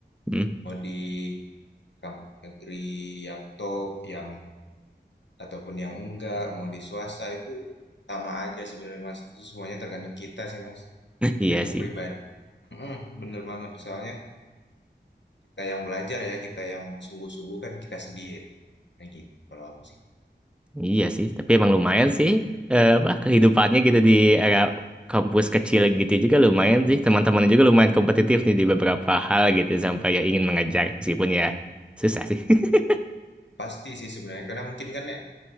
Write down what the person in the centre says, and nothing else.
Hmm?
Iya
sih,
iya sih. Tapi emang lumayan sih, eh, apa kehidupannya gitu di era kampus kecil gitu juga lumayan sih. Teman-temannya juga lumayan kompetitif nih di beberapa hal gitu sampai ya ingin mengejar meskipun ya susah sih. <laughs>